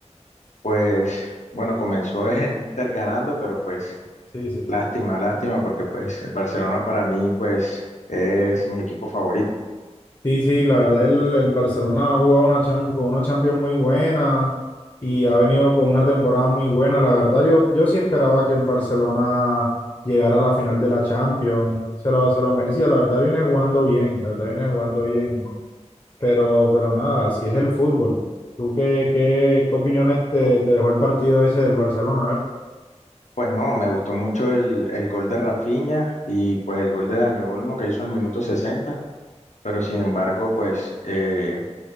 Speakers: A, on the left; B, on the left.
A: Pues bueno, comenzó <laughs> el Inter ganando, pero pues
B: Sí, sí.
A: lástima, lástima, porque pues el Barcelona para mí pues es mi equipo favorito.
B: Sí, sí, la verdad el, el Barcelona ha jugado una cham- con una Champions muy buena y ha venido con una temporada muy buena. La verdad yo, yo sí esperaba que el Barcelona llegara a la final de la Champions. Se lo, se lo merecía, la verdad viene jugando bien, la verdad viene jugando bien. Pero, pero nada, así es el fútbol. ¿Tú qué, qué, qué opiniones te, te dejó el partido ese del Barcelona? A ver.
A: Pues no, me gustó mucho el, el gol de Rafinha y pues el gol de Dani Olmo que hizo al minuto sesenta pero sin embargo pues eh,